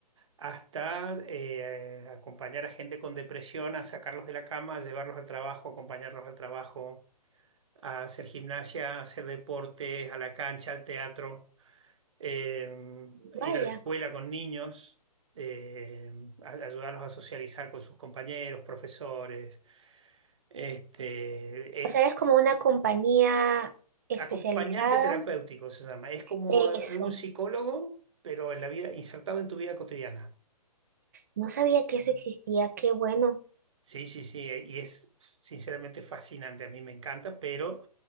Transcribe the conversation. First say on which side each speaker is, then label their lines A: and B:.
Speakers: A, on the right; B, on the right.
A: hasta eh, acompañar a gente con depresión, a sacarlos de la cama, a llevarlos al trabajo, acompañarlos al trabajo, a hacer gimnasia, a hacer deporte, a la cancha, al teatro, eh,
B: vaya.
A: ir a la escuela con niños. eh, a- ayudarlos a socializar con sus compañeros, profesores. Este,
B: O
A: es
B: sea, eres como una compañía especializada.
A: acompañante terapéutico, se llama. Es como
B: Eso.
A: un psicólogo, pero en la vida, insertado en tu vida cotidiana.
B: No sabía que eso existía. Qué bueno.
A: Sí, sí, sí, eh, y es sinceramente fascinante, a mí me encanta, pero